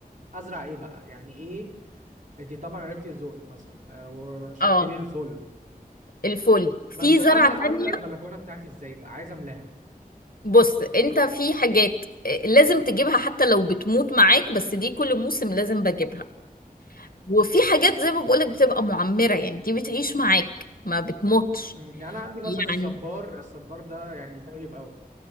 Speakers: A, on the right (about 60°); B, on the left (about 70°).
A: ازرع ايه بقى يعني ايه انت طبعا عرفتي ذوقي مثلا آه، ورشحتي
B: <laughs> اه
A: لي الفل
B: الفل في
A: بس املى
B: زرعة
A: املى
B: تانية
A: البلكونه بتاعتي ازاي بقى عايز املاها
B: بص انت في حاجات آه، لازم تجيبها حتى لو بتموت معاك بس دي كل موسم لازم بجيبها وفي حاجات زي ما بقولك بتبقى معمرة يعني دي بتعيش معاك ما بتموتش
A: مم. يعني انا عندي مثلا
B: يعني
A: الصبار الصبار ده يعني طيب قوي